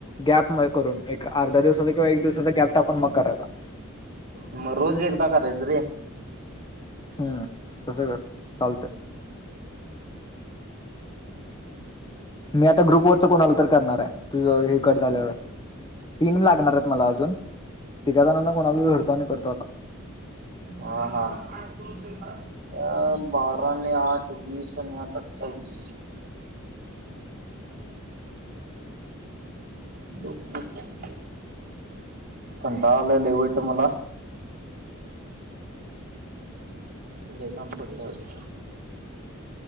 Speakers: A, on the left; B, on the right.
A: गॅप मग करून एक अर्धा दिवसाचा किंवा एक दिवसाचा गॅप टाकून मग करायचा
B: मग रोज एकदा करायचं रे
A: हम्म तसं कर चालतय मी आता ग्रुप वरच कोणाला तर करणार आहे तुझं हे कट झाल्यावर तीन लागणार आहेत मला अजून तिघाजणांना कोणाला तर जोडतो आणि करतो आता
B: हा हा अ बारा आणि आठ वीस आणि आठ अठ्ठावीस बबू ब कंटाळा आलाय ले वाईट मला ले काम पडलंय अजून